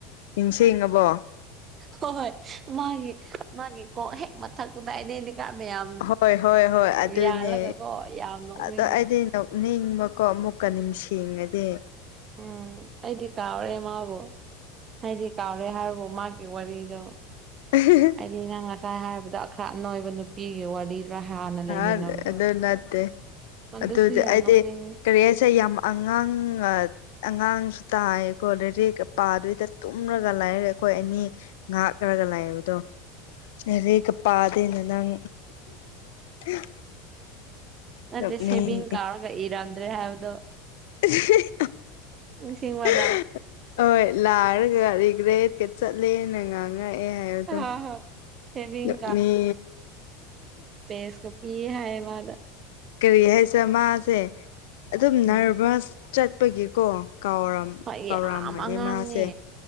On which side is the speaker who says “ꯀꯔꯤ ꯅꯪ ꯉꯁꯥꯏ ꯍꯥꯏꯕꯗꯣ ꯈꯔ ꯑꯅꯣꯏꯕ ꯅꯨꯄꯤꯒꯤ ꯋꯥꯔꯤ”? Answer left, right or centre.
Right